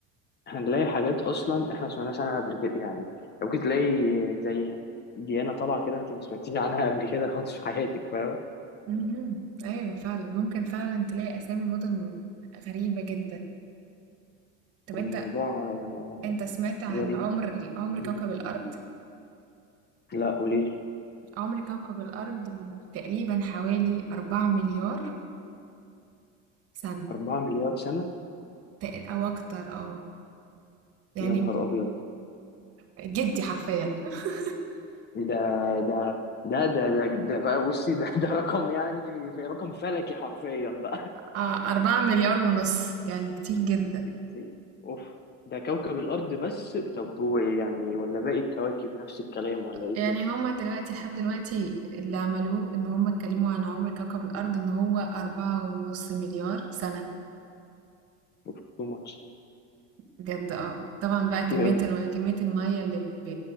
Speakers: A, on the left (about 30°); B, on the right (about 45°).
A: هنلاقي حاجات اصلا احنا ما سمعناش عنها قبل كده يعني ممكن تلاقي زي ديانة طالعة كده انت ما سمعتيش عنها قبل كده خالص في حياتك فاهمة
B: مهم. أيوة فعلا ممكن فعلا تلاقي أسامي مدن غريبة جدا طب انت
A: الموضوع آه،
B: انت سمعت عن
A: غريب
B: عمر عمر كوكب
A: م.
B: الأرض؟
A: لا قوليلي
B: عمر كوكب الأرض تقريبا حوالي أربعة مليار سنة
A: أربعة مليار سنة
B: تق- أو أكتر اه يعني
A: يا نهار أبيض
B: جدي حرفيا <laughs>
A: ده ده ده ده ده, ده بقى بصي ده ده رقم يعني في رقم فلكي حرفيا بقى
B: آه، أربعة مليار ونص يعني كتير جدا
A: <laughs> اوف ده كوكب الأرض بس طب هو يعني ولا باقي الكواكب نفس الكلام ولا ايه الدنيا
B: يعني هما دلوقتي لحد دلوقتي اللي عملوه ان هما اتكلموا عن عمر كوكب الارض ان هو أربعة ونص مليار سنة
A: اوف تو ماتش
B: بجد اه طبعا بقى
A: كتير
B: كمية
A: قوي
B: الم... كمية المية اللي ب...